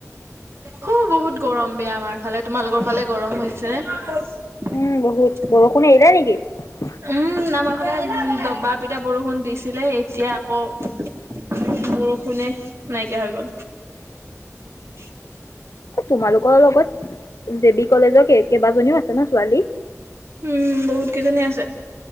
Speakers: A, on the right; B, on the left.
A: হ বহুত গৰম বেয়া আমাৰ ফালে তোমালোকৰ ফালে গৰম হৈছে নে
B: উম বহুত বৰষুণ এৰিলে নেকি
A: উম আমাৰ ফালে দবা পিতা বৰষুণ দিছিলে এতিয়া আকৌ বৰষুণ কোনে নাইকিয়া হৈ গ'ল <unintelligible>
B: তোমালোকৰ লগত দেৱিক। কলেজৰ কেইবাজনীও আছে ন ছোৱালী
A: উম বহুত কেইজনী আছে